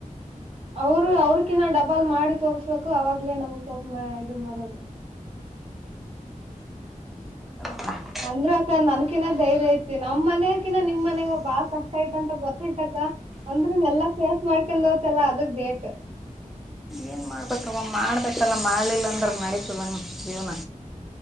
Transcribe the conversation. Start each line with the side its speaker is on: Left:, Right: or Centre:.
Right: ಅವ್ರು ಅವ್ರಕಿನಾ ಡಬಲ್ ಮಾಡಿ ತೋರ್ಸ್ಬೇಕು ಅವಾಗ್ಲೇ ನಮ್ಗ್ <unintelligible> ಇದು ಬರೋದು.
Centre: ಎನ್ ಮಾಡದವ್ವ.
Right: ಅಂದ್ರು ಅಕ್ಕ ನನ್ಕಿನ ಧೈರ್ಯ ಐತಿ ನಮ್ಮ್ ಮಾನ್ಯಕಿನ ನಿಮ್ ಮನ್ಯಾಗ ಬಾಳ ಕಷ್ಟ ಐತ್ ಅಂತ ಗೊತ್ತಾಯ್ತ ಅಕ್ಕ. ಅಂದ್ರು ಎಲ್ಲಾ ಫೇಸ್ ಮಾಡ್ಕೊಂಡ ಹೊತ್ತಲ್ಲಾ ಅದು ಗ್ರೇಟ್.
Centre: ಏನ್ ಮಾಡ್ಬೇಕವ್ ಮಾ ಮಾಡ್ಬೇಕಲ್ಲ ಮಾಡ್ಲಿಲ್ಲ ಅಂದ್ರ ನಡೀತದನ್ ಜೀವನ.